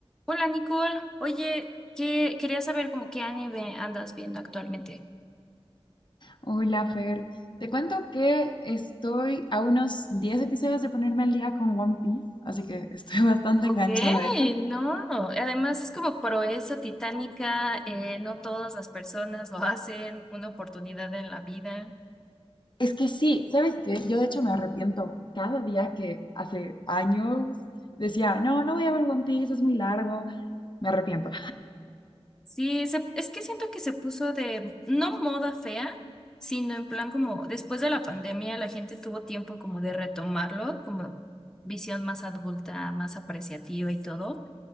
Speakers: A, in the centre; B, on the left.
A: Hola Nicole, oye, que quería saber como qué anime andas viendo actualmente.
B: Hola, Fer. Te cuento que estoy a unos 10 episodios de ponerme al día con One Piece, así que estoy <laughs> bastante
A: Ok,
B: enganchada a eso.
A: no, además es como proeza titánica, eh, no todas las personas lo hacen, una oportunidad en la vida.
B: Es que sí, ¿sabes qué? Yo de hecho me arrepiento cada día que hace años decía, no, no voy a ver One Piece, es muy largo, me arrepiento.
A: Sí, se- es que siento que se puso de, no moda fea, sino en plan como después de la pandemia la gente tuvo tiempo como de retomarlo, como visión más adulta, más apreciativa y todo.